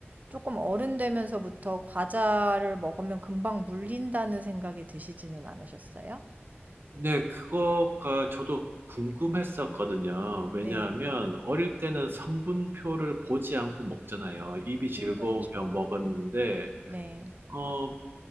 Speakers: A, on the right (about 40°); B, on the right (about 55°).
A: 조금 어른 되면서부터 과자를 먹으면 금방 물린다는 생각이 드시지는 않으셨어요?
B: 네, 그거가 저도 궁금했었거든요. 왜냐하면
A: 네.
B: 어릴 때는 성분표를 보지 않고 먹잖아요. 입이 즐거우면
A: 그렇죠.
B: 먹었는데,
A: 네.
B: 어,